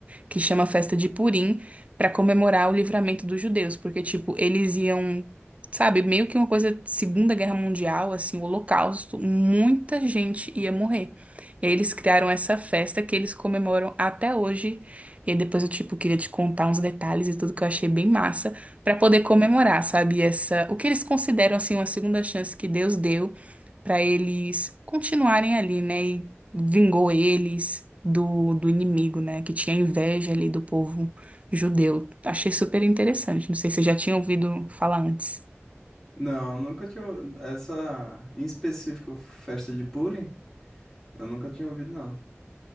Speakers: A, on the right (about 30°); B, in the centre.
A: que chama Festa de Purim, para comemorar o livramento dos judeus, porque, tipo, eles iam, sabe, meio que uma coisa, de Segunda Guerra Mundial, assim, o Holocausto, muita gente ia morrer. E aí eles criaram essa festa que eles comemoram até hoje. E aí depois eu, tipo, queria te contar uns detalhes e tudo que eu achei bem massa, para poder comemorar, sabe, essa, o que eles consideram, assim, uma segunda chance que Deus deu para eles continuarem ali, né? E vingou eles do, do inimigo, né? Que tinha inveja ali do povo judeu. Achei super interessante. Não sei se você já tinha ouvido falar antes.
B: Não, nunca tinha. Essa, em específico, festa de Puri, eu nunca tinha ouvido, não.